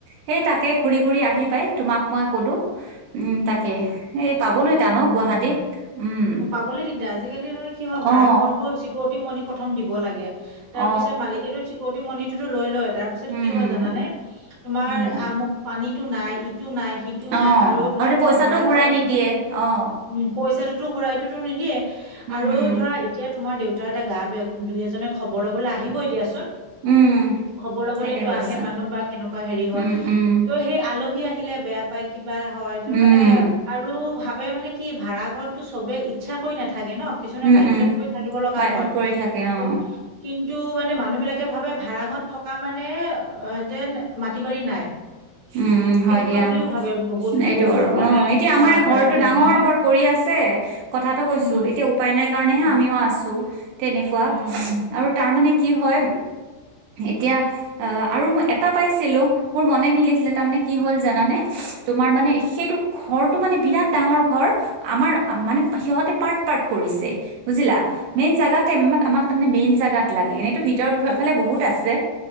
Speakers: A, on the right; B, on the right.
A: সেই তাকে ঘূৰি ঘূৰি আহি পায় তোমাক মই কলোঁ উম, তাকে সেই পাবলৈ টান
B: অ'
A: গুৱাহাটীত
B: অ'
A: উম
B: অ' পাবলৈ দিগদাৰ আজিকালি মানে কি হয় ভাড়া
A: অ
B: ঘৰবোৰ চিকউৰিটি মানি প্ৰথম দিব লাগে।
A: অ
B: তাৰপিছত মালিকেতোৰ চিকৰিটি মানি সেইটো লৈ লয়। তাৰপিছত
A: উম
B: কি হয় জানানে তোমাৰ
A: উম
B: আমুক পানীত। টো নাই ইক সিটো নাই, সিটো
A: অ
B: নাই আৰু ধৰা
A: তে
B: তোমাৰ
A: পইচাটো
B: ভাড়া
A: ঘূৰাই
B: ঘৰত আজিকালি।
A: নিদিয়ে অ
B: উম, পইচাটো টো ঘূৰাইটোতো নিদিয়ে?
A: উম
B: আৰু
A: হম
B: ধৰা এতিয়া তোমাৰ দেউত তা এতিয়া গা বেয়া, কোন দুই এজনে খবৰ ল'বলৈ আহিবই দিয়াচোন
A: উম
B: খবৰ লবলৈতো
A: তাকে কৈছা
B: আহে মানুহ বা কেনেকুৱা হেৰি হয়,
A: উম উম
B: ত' সেই আলহী আহি লে বেয়া পাই কিবা হয়, তাৰ
A: উম
B: মানে আৰু ভাব মানে কি ভাড়া ঘৰততো চবে ইচ্ছা কৰি নাথাকে থাকে ন কিছুমানে
A: উম
B: বাধ্যত
A: উম
B: পৰি থাকিব লগা
A: বাধ্যত
B: হয়।
A: পৰি থাকে অ
B: ত' কিন্তু তো' মানে মানুহবিলাকে ভাবে ভাড়াঘৰত থকা মানে যেন মাটি বাৰী নাই।
A: উম
B: মানে
A: হয়
B: তেনেকুৱা
A: দিয়া।
B: বুলিও ভাবে বহুত
A: এইটো
B: বহুত
A: আৰু
B: মানে
A: অ'এতিয়া আমাৰ
B: মা- ভাড়াতীয়া
A: ঘৰটোত। ডাঙৰ
B: মানুহে
A: ঘৰ পৰি আছে কথাটো কৈছো,
B: উম
A: এতিয়া উপায় নাই কাৰণেহে
B: উম
A: আমিও আছো। <unintelligible> তেনেকুৱা,
B: উম উম
A: আৰু তাৰ মানে কি হয়। এতিয়া আ' আৰু মই এটা পাইছিলো মোৰ মনে মিলি তাৰমানে কি হ'ল জানানে? তোমাৰ মানে সেইটো। ঘৰটো মানে বিৰাট ডাঙৰ ঘৰ। আমাৰ মানে সিহঁতে পাৰ্ট পাৰ্ট কৰিছে। বুজিলা? মেইন জোগাতে আমাক তাৰ মেইন জোগাত। লাগে ন। ভিতৰফালে বহুত আছে